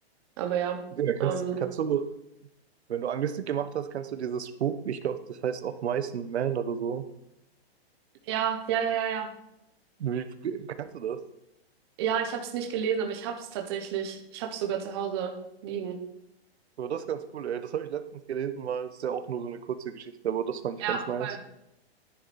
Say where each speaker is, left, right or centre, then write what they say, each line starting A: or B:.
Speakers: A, on the right; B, on the right.
A: Aber ja.
B: Ja, kannst,
A: Ähm,
B: kannst du, wenn du Anglistik gemacht hast, kannst du dieses Buch, ich glaube, das heißt Of Mice and Men oder so.
A: ja, ja, ja, ja, ja.
B: Wie, kennst du das?
A: Ja, ich habe es nicht gelesen, aber ich hab's tatsächlich. Ich hab's sogar zu Hause liegen.
B: Aber das ist ganz cool, ey. Das habe ich letztens gelesen mal. Das ist ja auch nur so eine kurze Geschichte, aber das fand
A: Ja,
B: ich ganz nice.
A: voll.